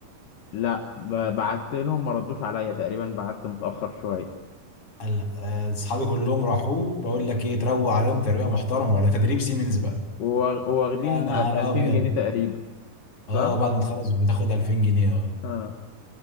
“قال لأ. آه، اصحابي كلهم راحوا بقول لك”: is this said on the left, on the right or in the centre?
Left